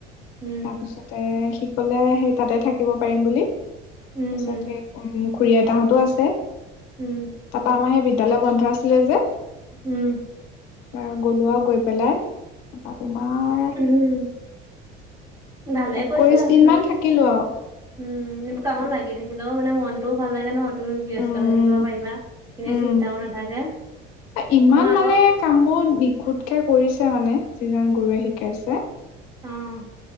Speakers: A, on the right (about 20°); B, on the left (about 80°).
A: উম
B: তাৰপিছতে সি ক'লে সেই তাতে থাকিব পাৰিম বুলি। তাৰপিছত
A: উম
B: সেই কৰিম খুড়ী আইতাহতো আছে। তাপৰা
A: উম
B: আমাৰ সেই বিদ্যালয় বন্ধ আছিলে যে।
A: উম।
B: এ গলো আৰু গৈ পেলাই তাৰপা তোমাৰ
A: উম উম ভালে
B: একৈশ
A: কৈছা আৰু।
B: দিন মান থাকিলো আৰু
A: উম এইবোৰ কামত
B: কি
A: লাগি থাকিলেও মানে মনটোও ভাল লাগে ন। তুমি ব্যস্ত
B: উম
A: হৈ থাকিব পাৰিবা। এনে
B: উম
A: চিন্তাও নাথাকে।
B: ইমান
A: মই আকৌ
B: মানে কামবোৰ নিখুঁতকে কৰিছে মানে। যিজন গুৰুৱে শিকাইছে
A: উম।